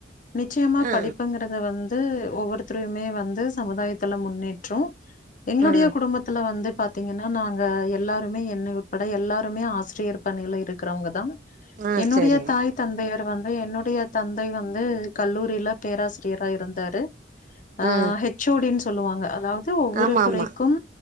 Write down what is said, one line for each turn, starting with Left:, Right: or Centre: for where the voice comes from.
Left: நிச்சயமா
Right: ஆ
Left: படிப்புங்கிறது வந் து ஒவ்வொருத்ரையுமே வந்து சமுதாயத்துல முன்னேற்று எங்களுடைய
Right: ஆ
Left: குடும்பத்துல வந்து பாத் பாத்தீங்கன்னா நாங்க எல்லாருமே என்னை உட்பட எல்லாருமே ஆசிரியர் பணியில இரு க்கறவங்கதா
Right: ஆ
Left: என்னுடைய
Right: சேரிங்க
Left: தாய் தந்தையர் வந் என்னுடைய தந்தை வந்து கல்லூரியில பேராசிரியரா இருந்தாரு அ
Right: ஆ
Left: ஹெச் ஓ டினு சொல்லுவாங்க அதாவது து ஒவ்வொரு
Right: ஆமா
Left: துறைக்கும்
Right: ஆமா